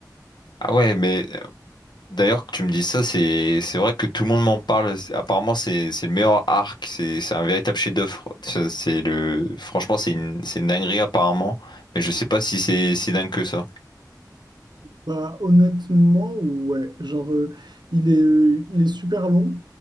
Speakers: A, on the left (about 85°); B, on the right (about 85°).
A: Ah ouais, mais d'ailleurs que tu me dis ça, c'est c'est vrai que tout le monde m'en parle. C'est- Apparemment, c'est c'est le meilleur arc. C'est c'est un véritable chef-d'œuvre. Ça, C'est le franchement, c'est une c'est une dinguerie apparemment. Mais je sais pas si c'est si dingue que ça.
B: Bah, honnêtement, ouais. Genre, euh, il est, euh, il est super long,